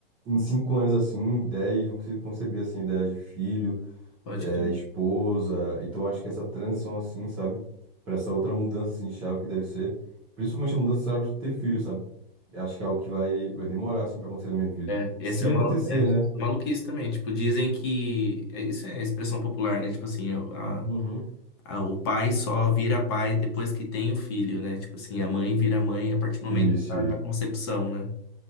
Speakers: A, in the centre; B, on the left.
A: em cinco anos, assim, em 10, não consigo conceber, assim, ideia de filho.
B: Pode
A: é,
B: crer.
A: esposa. Então acho que essa transição assim, sabe? Pra essa outra mudança assim, de chave que deve ser. Principalmente a mudança de chave de ter filho, sabe? Eu Acho que é algo que vai, vai demorar assim pra acontecer na minha vida.
B: É, esse
A: Se
B: é,
A: acontecer,
B: malu é
A: né?
B: maluquice também. Tipo, dizem que. é, Isso é expressão popular, né? Tipo assim, a-
A: Uhum.
B: a- o pai só vira pai depois que tem o filho, né? Tipo assim, a mãe vira mãe a partir do momento
A: Se, se.
B: da, da concepção, né?